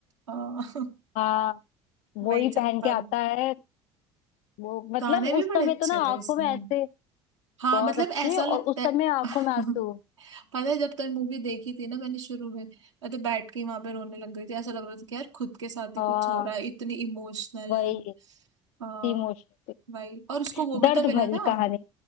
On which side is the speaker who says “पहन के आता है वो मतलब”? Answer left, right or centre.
Left